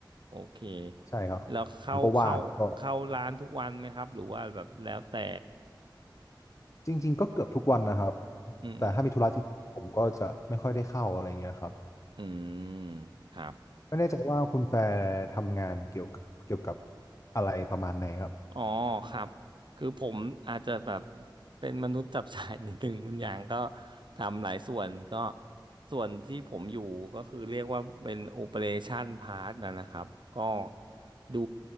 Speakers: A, on the right; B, on the left.
A: โอเค
B: ใช่ครับผมก็ว่างก็
A: แล้วเข้าเข้าเข้าร้านทุกวันไหมครับ หรือว่าแบบแล้วแต่
B: จริงๆก็เกือบทุกวันนะครับ
A: อืม
B: แต่ถ้ามีธุระจริงๆผมก็จะไม่ค่อยได้เข้าอะไรเงี้ยครับ
A: อืมครับ
B: ไม่แน่ใจว่าคุณแฟร์ทำงานเกี่ยวกับเกี่ยวกับอะไรประมาณไหนครับ
A: อ๋อครับ คือผมอาจจะแบบเป็นมนุษย์จับสายนิดนึง <laughs> คุณอย่างก็ทำหลายส่วนก็ส่วนที่ผมอยู่ก็คือเรียกว่าเป็นโอเปอเรชันพาร์ทนะนะครับ ก็ดู